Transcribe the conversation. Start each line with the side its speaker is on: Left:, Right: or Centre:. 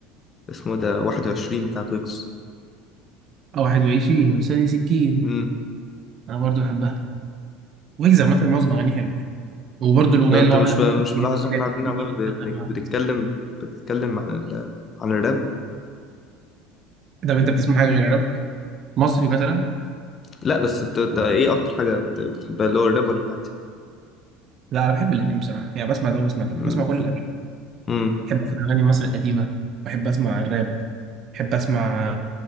Left: اسمه ده 21 بتاعت ويجز
Right: او واحد وعشرين وسنة سكين
Left: امم
Right: انا برضو بحبها ويجز عامة معظم اغانيه حلوة وبرضو الاغنية
Left: لو انت
Right: اللي هو
Left: مش
Right: عاملها في
Left: مش ملاحظ
Right: الجديدة اللي
Left: احنا
Right: هي بتاعت
Left: قاعدين
Right: تيجي
Left: عمال
Right: لي
Left: ب-
Right: تسأل
Left: ب-
Right: عنها.
Left: بنتكلم بتتكلم عن ال... عن الراب
Right: طب انت بتسمع حاجة غير راب مصري مثلا
Left: لا بس انت, انت ايه اكتر حاجة بت- بتحبها اللي هو الراب ولا العادي
Right: لا انا بحب الاثنين بصراحة يعني بسمع ده وبسمع ده
Left: امم
Right: بسمع كل الاغاني
Left: امم
Right: بحب اسمع اغاني مصر القديمة بحب اسمع الراب بحب اسمع